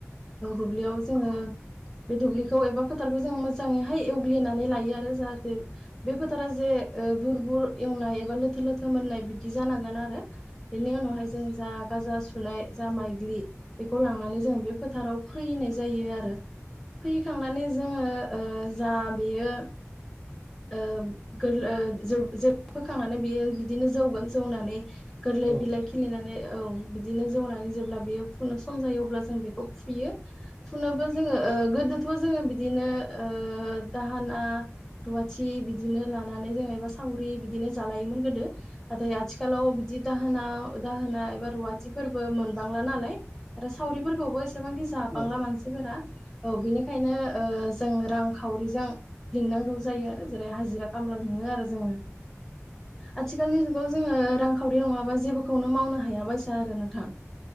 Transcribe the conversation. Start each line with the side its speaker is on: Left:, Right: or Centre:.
Centre: दुब्लियाव जों ओ बे दुब्लिखौ एबा फोथारखौ जों मोजाङैहाय एवग्लिनानै लायो आरो जाहाथे बे फोथारा जे ओ बुर बुर एवनाय एबा लोथो लोथो मोननाय बिदि जानांगोन आरो आरो बेनि उनावहाय जों जा गाजा सुनाय जा माइग्लि बेखौ लांनानै जों बे फोथार खव फैयैनाय जायो आरो फैयैखांनानै जोङो जा बेयो ओ गोरलै ज जे फोखांनानै बेयो बिदिनो जौगोन जौनानै गोरलै
Right: औ
Centre: बिलाइ खिलिनानै औ बिदिनो जौनानै जेब्ला बियो फुनो सम जायो अब्ला जों बेखौ फुयो फुनोबो जोङो ओ गोदोथ' जोङो बिदिनो ओ दाहोना रुवाथि बिदिनो लानानै जों एबा सावरि बिदिनो जालायोमोन गोदो नाथाय आथिखालाव बिदि दाहोना दाहोना एबा रुवाथिफोरबो मोनबांला नालाय आरो सावरिफोरखौबो एसेबांखि जाबांला
Right: नंगौ
Centre: मानसिफोरा औ बेनिखायनो ओ जों रांखावरिजों लिंनांगौ जायो आरो जेरै हाजिरा खामला लिङो आरो जोङो आथिखालनि जुगाव जोङो
Right: औ
Centre: रांखावरि नङाबा जेबोखौनो मावनो हायाबायसा आरो नोंथां